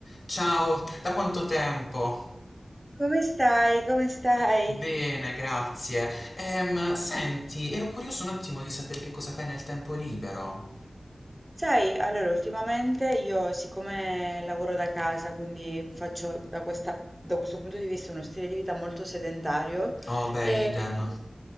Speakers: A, on the left; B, on the right.
A: Ciao, da quanto tempo?
B: Come stai? Come stai?
A: Bene, grazie. Ehm, senti, ero curioso un attimo di sapere che cosa fai nel tempo libero.
B: Sai, allora, ultimamente io, siccome lavoro da casa, quindi faccio da questa- da questo punto di vista uno stile di vita molto sedentario,
A: Oh, beh,
B: e
A: idem.
B: nel